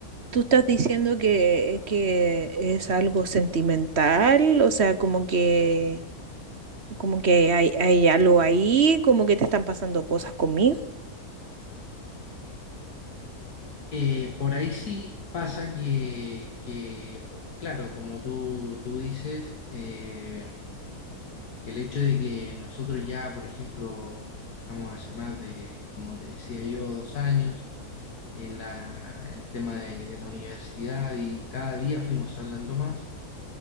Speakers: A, on the right (about 45°); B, on the left (about 75°).
A: tú estás diciendo que, que es algo sentimental, o sea, como que, como que hay, hay algo ahí, como que te están pasando cosas conmigo.
B: Eh, por ahí sí pasa que, que, o- claro, como tú, tú dices, eh, El hecho de que nosotros ya, por ejemplo, nos conozcamos hace más de, como te decía yo, dos años, en la- el tema de, de la universidad y cada día fuimos hablando más,